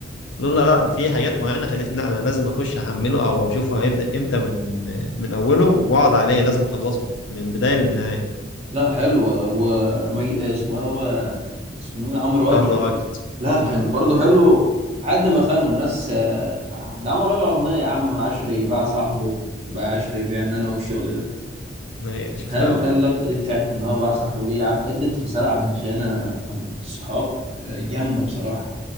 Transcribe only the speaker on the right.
لا حلو و مي- اسمه إيه هو اسمه مين عمرو واكد
لا كان
برضه حلو لحد ما خانوا الناس آه، ده عمل له اغنيه يا عم عشري باع صاحبه باع عشري بيع ان انا والشغل ده
هل هل اللقطه دي بتاعت ان هو باع صاحبه دي ع- ادت رساله عن الخيانه وعن الصحاب آه، جامده بصراحه